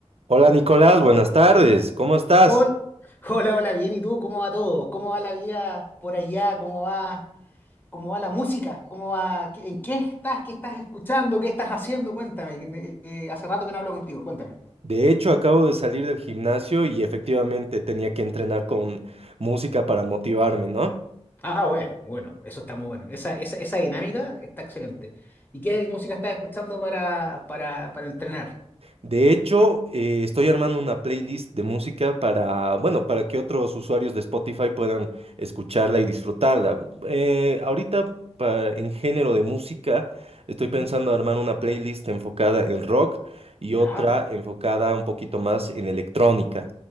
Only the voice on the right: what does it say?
Hola Nicolás, buenas tardes, ¿cómo estás?
De hecho, acabo de salir del gimnasio y efectivamente tenía que entrenar con música para motivarme, ¿no?
De hecho, eh, estoy armando una playlist de música para, bueno, para que otros usuarios de Spotify puedan escucharla y disfrutarla. Eh, ahorita, pa- en género de música, estoy
pensando armar una playlist enfocada en rock y
otra enfocada un poquito más en electrónica.